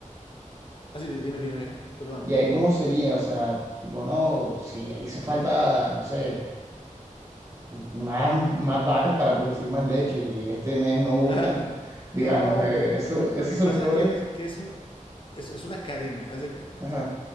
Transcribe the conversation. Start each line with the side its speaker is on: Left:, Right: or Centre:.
Left: así, dime, dime, perdón.
Right: Y ahí cómo sería, o sea, tipo, no, si hizo falta, no sé, más, más vacas para producir más leches y este mes no hubo
Left: <laughs>
Right: tanto. Digamos,
Left: No,
Right: eh,
Left: pues,
Right: eso,
Left: lo
Right: eso
Left: que
Right: se
Left: pasa
Right: los cobran.
Left: que es que es, un- es, es una cadena, haz de cuenta.
Right: Ajá,
Left: o sea,